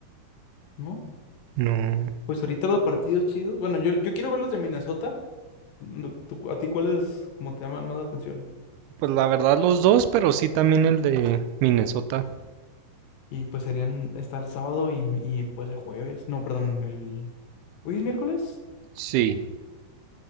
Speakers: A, on the left; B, on the right.
A: ¿no?
B: no.
A: Pues ahorita los partidos chidos. Bueno, yo, yo quiero ver los de Minnesota. No, tú- ¿A ti cuáles como te llaman más la atención?
B: Pues la verdad los dos, pero sí también el de Minnesota.
A: Y pues serían, está el sábado y, y, pues el jueves. No, perdón, el... ¿Hoy es miércoles?
B: Sí,